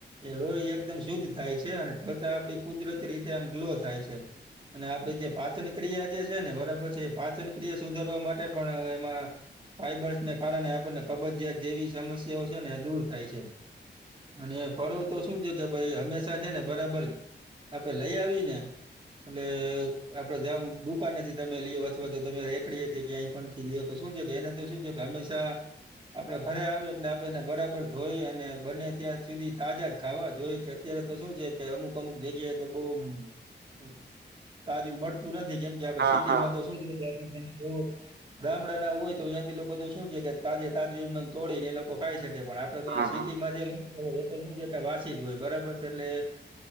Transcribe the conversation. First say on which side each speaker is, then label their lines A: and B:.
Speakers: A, on the right; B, on the right.
A: એ લોહી એકદમ શુદ્ધ થાય છે અને ત્વચા આપડી કુદરતી રીતે આમ ગ્લો થાય છે. અને આપડી જે પાચન ક્રિયા જે છે ને બરાબર છે એ પાચન ક્રિયા સુધારવા માટે પણ એમાં ફાઈબર્સને કારણે આપણને કબજીયાત જેવી સમસ્યાઓ છે ને દૂર થાય છે. અને ફળો તો શું છે કે ભાઈ હંમેશા છે ને બરાબર આપે લઈ આવી ને એટલે આપડે જં દુકાનેથી તમે લ અથવા તો તમે રેકડી હતી ક્યાંય પણ તો શું છેક ને તો શું છે હંમેશા આપણે ઘરે આવે એટલે આપણે એને બરાબર ધોઈ અને બંને ત્યાં સુધી તાજા જ ખાવા જોઈએ કે અત્યારે તો શું છે કે અમુક અમુક જગ્યાએ તો બહ તાજું મળતું નથી કેમ ત આપ
B: હા
A: સિટી
B: હા
A: માં તો શું જોવું ગામડા ના હોય તો તંથી લોકો તો શું છે કે તાજે તાજમ તોડીને એ લોકો ખાઈ શકે પણ
B: હા
A: સિટીમાં
B: હા
A: જેક હોય એ તો શ છે વાસી જ હોય બરાબર છે. એટલે